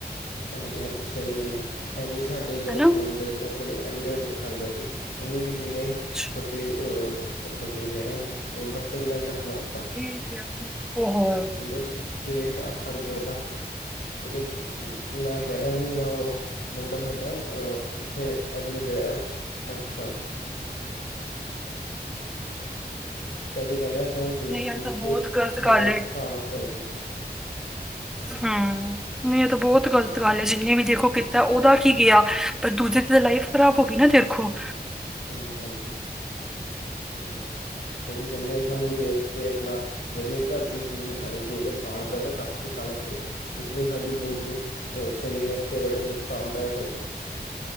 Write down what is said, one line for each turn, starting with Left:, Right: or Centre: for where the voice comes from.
Left: ਹਾਂਜੀ-ਹਾਂਜੀ, ਸਹੀ ਗੱਲ ਏ, ਭੈਨ ਜੀ ਸਾਡੇ ਇੱਧਰ
Centre: ਹੈਨਾ
Left: ਇੱਕ ਮੁੰਡਾ ਸੀ ਉਹ ਬੜੇ ਅੰਡੇ ਉੰਡੇ ਖਾਂਦਾ ਸੀ। ਉਹਨੂੰ ਕਿਸੇ ਨੇ
Centre: ਅੱਛਾ,
Left: ਬੱਕਰੀ, ਓ ਬੱਕਰੀ ਕਹਿ ਰਯਾ ਮੈਂ, ਉਹ ਬਤਖ ਦਾ ਅੰਡਾ ਖਿਲਾ ਤਾ।
Centre: <unintelligible>
Left: ਓਦਾ ਪੇਂਟ ਆਫ਼ਰ ਗਿਆ ਓਦਾ, ਉਹਦੇ ਮੈਂ ਕਹਿ ਰਿਹਾ ਮਹੀਨਾ ਉਹ ਮੁੰਡਾ ਸਾਡਾ ਅ ਉੱਥੇ ਐਡਮਿਟ ਰਿਹਾ ਓਦੇ ਚ। ਹਸਪਤਾਲ। ਤਦੀ ਕਹਿੰਦੇ ਸਾਨੂੰ ਦੇਖ
Centre: ਨਹੀਂ
Left: ਦੁਖ
Centre: ਇਹ ਤਾਂ ਬਹੁਤ
Left: ਕੇ
Centre: ਗ਼ਲਤ
Left: ਸਾਨੂੰ
Centre: ਗੱਲ ਏ।
Left: ਖਾਣਾ ਚਾਹੀਦਾ ਏ।
Centre: ਹੂੰ, ਨਹੀਂ ਇਹ ਤਾਂ ਬਹੁਤ
Left: ਹਾਂਜੀ
Centre: ਗ਼ਲਤ ਗੱਲ ਏ ਜਿੰਨੇ ਵੀ ਦੇਖੋ ਤਾਂ ਉਹਦਾ ਕੀ ਗਿਆ, ਪਰ ਦੂਜੇ ਤੇ ਤਾਂ ਲਾਈਫ ਖ਼ਰਾਬ ਹੋ ਗਈ ਨਾ ਦੇਖੋ।
Left: ਹਾਂਜੀ-ਹਾਂਜੀ, ਹੂੰ, ਤਦੀ ਕਹਿੰਦੇ ਸਾਨੂੰ ਦੇਖ ਕਿ ਆਪਣਾ ਵਧੀਆ ਘਰ ਦੀ ਚੀਜ਼ ਹੀ ਖਾਨੀ ਚਾਹੀਏ, ਬਾਹਰ ਦਾ ਤਾਂ ਘੱਟ ਹੀ ਖਾਣਾ ਚਾਹੀਦਾ। ਕਿਉਂਕਿ ਉਹ ਸਾਡੀ ਬੋਡੀ ਅ ਸਰੀਰ ਵਾਸਤੇ ਬੜਾ ਈ ਨੁਕਸਾਨਦਾਇਕ ਹੁੰਦਾ ਐ।